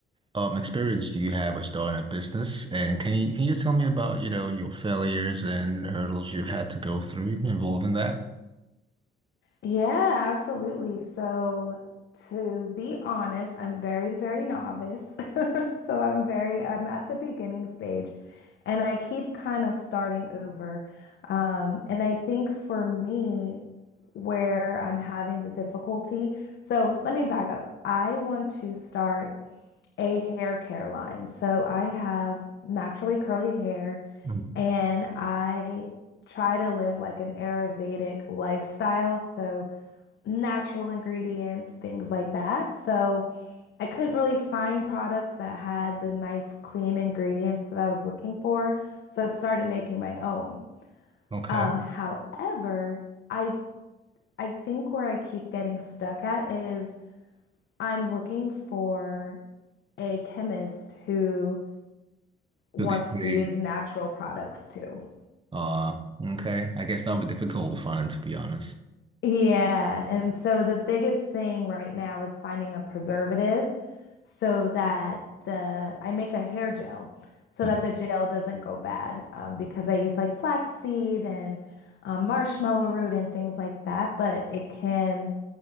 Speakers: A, on the right (about 25°); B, on the left (about 65°).
A: um experience do you have with starting a business? And can you can you just tell me about, you know, your failures and hurdles you had to go through involving that?
B: Yeah, absolutely. So, to be honest, I'm very, very novice. <laughs> So, I'm very, I'm at the beginning stage and I keep kind of starting over. Um, and I think for me, where I'm having the difficulty, so let me back up. I want to start. a hair care line. So I have naturally curly hair
A: Mm.
B: and I try to live like an Ayurvedic lifestyle. So natural ingredients, things like that. So I couldn't really find products that had the nice, clean ingredients that I was looking for. So I started making my own.
A: Okay.
B: Um, however, I I think where I keep getting stuck at is I'm looking for a chemist who wants
A: Okay, great.
B: to use natural products too.
A: Uh, okay. I guess that'll be difficult to find, to be honest.
B: Yeah, and so the biggest thing right now is finding a preservative so that the I make a hair gel so
A: Mhm.
B: that the gel doesn't go bad um, because I use like flaxseed and um, marshmallow root and things like that, but it can